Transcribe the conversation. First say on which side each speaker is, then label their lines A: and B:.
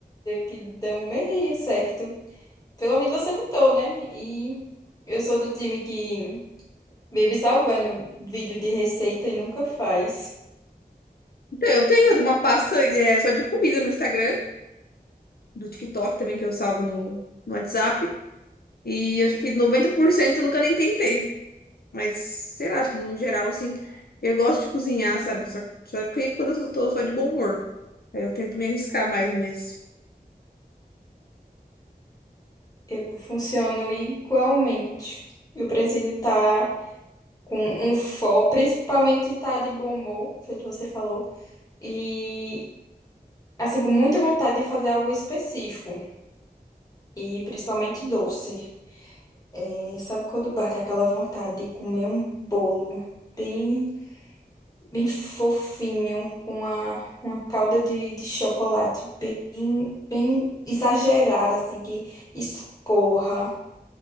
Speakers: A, on the left; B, on the left.
A: que dão meio certo. Pelo menos você tentou, né? E eu sou do time que vive salvando vídeo de receita e nunca faz.
B: Então, Eu tenho, eu tenho uma pasta, é, só de comida no Instagram. do TikTok também, que eu salvo no, no WhatsApp. E acho que 90% eu nunca nem tentei. Mas, sei lá, acho que no geral, assim, eu gosto de cozinhar, sabe? Só, só que quando eu tô, tô só de bom humor. Aí eu tento me arriscar mais, mas.
A: Eu funciono igualmente. Eu preciso estar com um foco, principalmente estar de bom humor, feito você falou. E, assim, com muita vontade de fazer algo específico. E principalmente doce. É, sabe quando bate aquela vontade de comer um bolo bem, bem fofinho, com a uma calda de, de chocolate bem, bem exagerada, assim, que escorra.